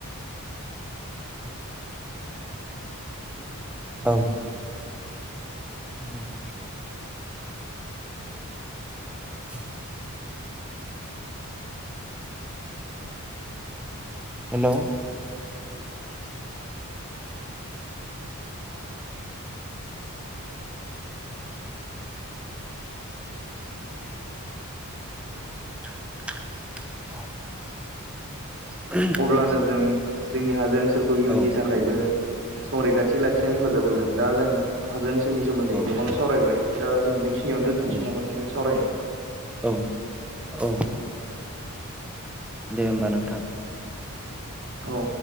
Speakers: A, in the centre; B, on the right.
A: औ औ नोंथां <unintelligible> हेल'औ <unintelligible> <unintelligible>
B: अब्लानो जों जोंनि हाजो ओनसोलखौ इयुननि
A: औ
B: थाखायबो संरैखाथि लाखिनाय हेफाजाब होगोन। दा जों हाजो ओनसोलनि सोमोन्दै
A: औ
B: गोबां सावरायबाय दा जों बेखिनियावनो दोनथनोसै
A: औ
B: नामा नोंथां सावरायनाय
A: औ औ दे होमबा नोंथां।
B: औ